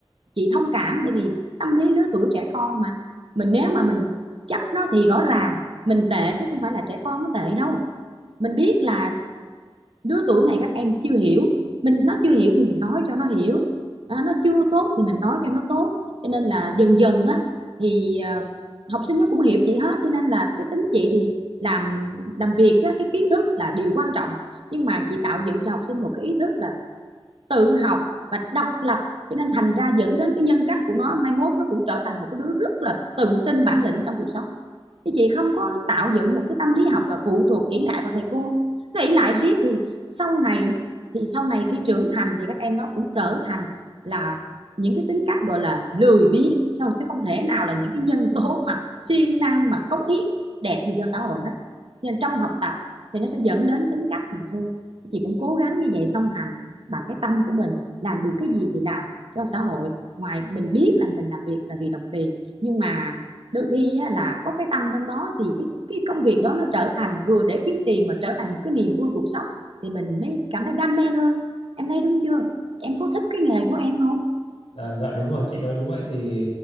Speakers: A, on the right; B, on the left.
A: chị thông cảm tại vì tâm lý lứa tuổi trẻ con mà mình nếu mà mình chấp nó thì rõ ràng mình tệ chứ không phải là trẻ con nó tệ đâu mình biết là đứa tuổi này các em chưa hiểu mình nó chưa hiểu thì mình nói cho nó hiểu à, nó chưa tốt thì mình nói cho nó tốt cho nên là dần dần á thì ờ, học sinh nó cũng hiểu chị hết cho nên là cái tính chị thì làm làm việc á, cái kiến thức là điều quan trọng nhưng mà chị tạo dựng cho học sinh một cái ý thức là tự học và độc lập cho nên thành ra dẫn đến cái nhân cách của nó mai mốt nó cũng trở thành một cái đứa rất là tự tin bản lĩnh trong cuộc sống thì chị không có tạo dựng một cái tâm lý học là phụ thuộc ỷ lại vào thầy cô nó ỷ lại riết thì sau này thì sau này khi trưởng thành thì các em đó cũng trở thành là những cái tính cách gọi là lười biếng thôi chứ không thể nào là những cái nhân tố mà siêng năng mà cống hiến đẹp gì cho xã hội hết nên trong học tập thì nó sẽ dẫn đến tính cách mà thôi chị cũng cố gắng như vậy song hành bằng cái tâm của mình làm được cái gì thì làm cho xã hội ngoài mình biết là mình làm việc là vì đồng tiền nhưng mà đôi khi là có cái tâm trong đó thì cái cái công việc đó nó trở thành vừa để kiếm tiền mà trở thành một cái niềm vui cuộc sống thì mình mới cảm thấy đam mê hơn em thấy đúng chưa em có thích cái nghề của em không
B: À, dạ đúng rồi chị nói đúng vậy thì